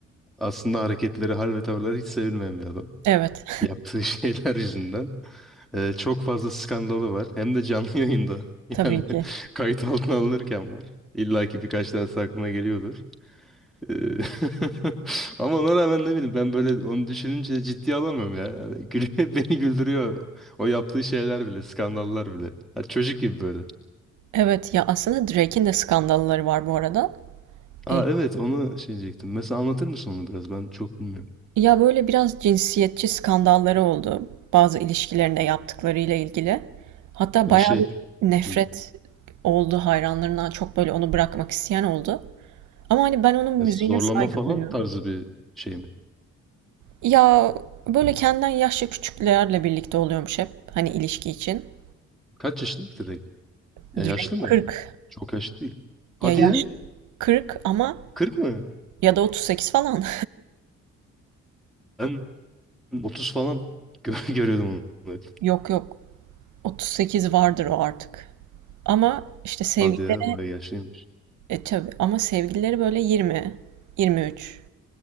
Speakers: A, in the centre; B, on the right (about 75°).
A: Aslında hareketleri, hal ve tavırları hiç sevilmeyen bir adam.
B: Evet.
A: Yaptığı <laughs> şeyler yüzünden. Ee, çok fazla skandalı var. Hem de canlı yayında. <laughs>
B: <laughs> Tabii
A: Yani
B: ki.
A: kayıt altına alınırken var. İlla ki birkaç tanesi aklına geliyordur. Ee, <laughs> Ama ona rağmen ne bileyim ben böyle onu düşününce ciddiye alamıyorum ya. Yani gül- <laughs> beni güldürüyor. O yaptığı şeyler bile, skandallar bile. Ha, çocuk gibi böyle.
B: Evet ya aslında Drake'in de skandalları var bu arada.
A: Aa
B: E,
A: evet onu şey diyecektim. Mesela anlatır mısın onu biraz? Ben çok bilmiyorum.
B: ya böyle biraz cinsiyetçi skandalları oldu. Bazı ilişkilerinde yaptıklarıyla ilgili. Hatta
A: Ya
B: bayağı
A: şey
B: bir nefret
A: hı,
B: oldu hayranlarından. Çok böyle onu bırakmak isteyen oldu. Ama hani ben onun müziğine
A: ya zorlama
B: saygı
A: falan
B: duyuyorum.
A: tarzı bir şey mi?
B: Ya böyle kendinden yaşça küçüklerle birlikte oluyormuş hep. Hani ilişki için.
A: Kaç yaşında ki direkt? Ya
B: Drake
A: yaşlı mı?
B: 40.
A: Çok yaşlı değil. Hadi
B: Ya yaş
A: ya.
B: 40 ama
A: kırk mı?
B: ya da 38 falan.
A: Ben 30 falan <laughs> gö- görüyordum onu.
B: <laughs>
A: hep.
B: Yok yok. 38 vardır o artık. Ama işte sevgili
A: Hadi ya bayağı yaşlıymış.
B: e tabii ama sevgilileri böyle 20, 23.